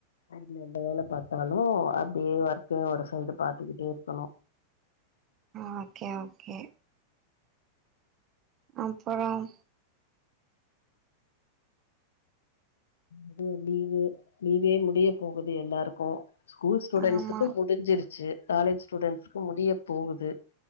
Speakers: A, on the left; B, on the right.
A: அ எந்த வேலப் பாத்தாலு அப்டியே ஒர்க்கியு ஒரு சைடு பாத்துகிட்டே இருக்கணு
B: ஓகே ஓகே அப்பறோம்
A: எதுவு லீவு லீவே முடிய போகுது எல்லாருக்கு ஸ்கூல் ஸ்டூடெண்ட்ஸுக்கு
B: ஆமா
A: முடிஞ்சிருச்சு காலேஜ் ஸ்டூடெண்ட்ஸுக்கு முடிய போகுது